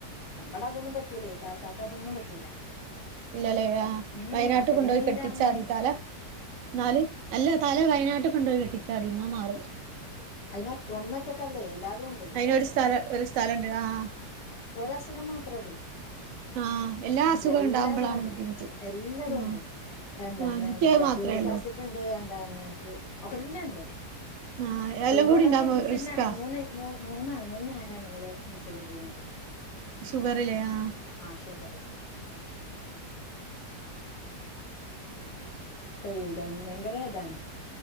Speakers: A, on the left (about 75°); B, on the right (about 70°).
A: മഇബടെ അതൊന്നും പറ്റൂലേ താത്താക്ക് അതൊന്നും പറ്റൂല
B: ഇല്ലലെ ആഹ്
A: ഉം
B: വയനാട്ട്
A: അപ്പത്തിന്
B: കൊണ്ടോയി
A: നീരെറങ്ങും
B: കെട്ടിച്ചാതി തല ന്നാല് അല്ല തല വയനാട്ട് കൊണ്ടോയി കെട്ടിച്ചാതി ഇന്നാ മാറും
A: അയ് നൊ ഒന്നൊറ്റക്കെല്ലേ എല്ലാതും ഉണ്ടേ
B: അയിനൊരു സ്ഥല ഒരു സ്ഥലണ്ട് ആഹ്
A: ഒരസുഖം മാത്രല്ലേ
B: ആ എല്ലാ അസുഖം
A: എല്ലാ
B: ഉണ്ടാവുമ്പോളാണ്
A: അസുഖുണ്ട്
B: ബുദ്ധിമുട്ട്
A: എല്ലതുണ്ട്
B: ആ
A: എന്താണ്
B: ആ എനിക്കത്
A: മറ്റേ
B: മാത്രേ
A: യൂറിക്കാസിറ്റ്ണ്ട്
B: ഉള്ളൂ
A: എന്താണ് എല്ലണ്ട്
B: ആഹ് എല്ലാം
A: ഷുഗറൊക്കെ
B: കൂടി ഉണ്ടാവുമ്പോ
A: ഇൻസിലുന്
B: റിസ്കാ
A: ആണ് മൂന്ന് മൂ മൂന്നാണ് മൂന്ന് നേരാണ് നമ്മള് ഇൻസുലിൻ ചെയ്യുന്നത്
B: ഷുഗറ് ലെ ആഹ്
A: ആഹ് ഷുഗറ് കയ്യൂല ഭയങ്കര ഇതാണ്